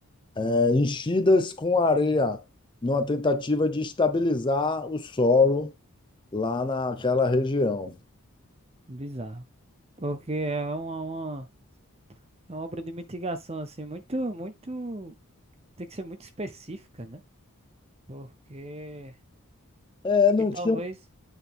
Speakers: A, on the left; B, on the right.
A: eh, enchidas com areia, numa tentativa de estabilizar o solo lá naquela região.
B: Bizarro. Porque é uma, uma, é uma obra de mitigação, assim, muito, muito. Tem que ser muito específica, né? Porque.
A: É, não
B: E talvez.
A: tinha. um,